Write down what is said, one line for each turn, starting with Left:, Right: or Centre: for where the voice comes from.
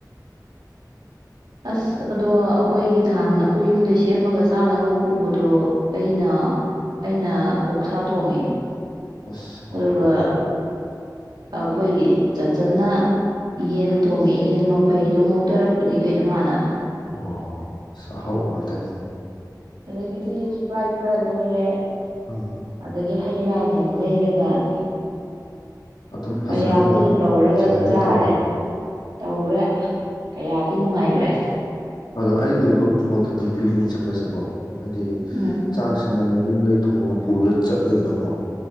Right: ꯑꯁ ꯑꯗꯣ ꯑꯩꯈꯣꯏꯒꯤ ꯅꯍꯥꯟ ꯑꯩꯈꯣꯏ ꯌꯨꯝꯗꯩ ꯁꯦꯝꯃꯒ ꯆꯥꯅꯕ ꯄꯨꯕꯗꯣ ꯑꯩꯅ ꯑꯩꯅ ꯑꯣꯛꯁꯥ ꯊꯣꯡꯉꯦ
Left: ꯑꯁ ꯍꯧꯔꯅꯤ
Right: ꯑꯗꯨꯒ ꯑꯩꯈꯣꯏꯒꯤ ꯆꯟꯆꯟꯅ ꯌꯦꯟ ꯊꯣꯡꯉꯦ ꯌꯦꯟ ꯃꯐꯩꯗꯣ ꯉꯧꯗꯔꯛꯄꯅꯤ ꯀꯩꯅꯣ ꯃꯥꯅ
Left: ꯑꯣ ꯑꯁ ꯑꯍꯥꯎ ꯉꯥꯛꯇꯅꯤ
Right: ꯑꯗꯒꯤꯗꯤ ꯏꯁꯄ꯭ꯔꯥꯏ ꯈꯔ ꯂꯩꯔꯦ
Left: ꯎꯝ
Right: ꯑꯗꯒꯤ ꯍꯩ ꯔꯥꯁꯤꯡ ꯂꯩꯔꯒ ꯎꯝ
Left: ꯑꯗꯨꯝ ꯐꯖꯅ
Right: ꯃꯌꯥꯝꯗꯨ
Left: ꯑꯗꯨꯝ
Right: ꯇꯧꯔꯒ
Left: ꯁꯦꯂꯦꯕ꯭ꯔꯦꯠ
Right: ꯆꯥꯔꯦ
Left: ꯇꯧꯒꯦ
Right: ꯇꯧꯒ꯭ꯔꯦ ꯀꯌꯥꯗꯤ ꯅꯨꯡꯉꯥꯏꯒ꯭ꯔꯦ
Left: ꯑꯗꯣ ꯑꯩꯒꯤ ꯑꯣꯏꯕ ꯃꯣꯠꯇꯗꯤ ꯄꯤꯛꯅꯤꯛ ꯆꯠꯄꯁꯦꯀꯣ ꯍꯥꯏꯗꯤ
Right: ꯎꯝ
Left: ꯆꯥꯛꯁꯤꯅ ꯌꯨꯝꯗꯩ ꯊꯣꯡꯉꯒ ꯄꯨꯔ ꯆꯠꯂꯦꯗꯅꯀꯣ